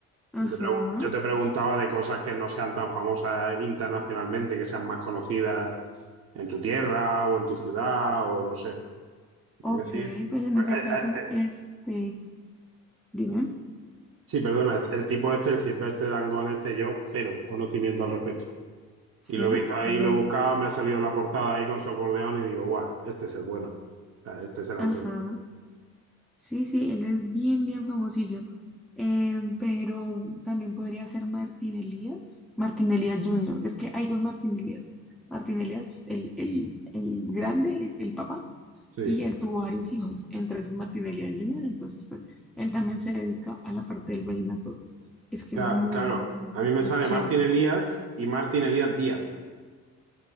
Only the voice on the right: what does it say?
Yo te pregun- yo te preguntaba de cosas que no sean tan famosas internacionalmente, que sean más conocidas en tu tierra o en tu ciudad o no sé.
¿Me sigue? Eh,
eh,
eh,
Sí, perdona, el tipo este, el Silvestre Dangond este, yo cero conocimiento al respecto.
Y lo he visto ahí,
lo he buscado, me ha salido la portada ahí con su acordeón y digo, guau, este es el bueno. O sea, Este es el
auténtico.
Sí.
Ca-
Claro,
a mí me sale
Martín Elías y Martín Elías Díaz.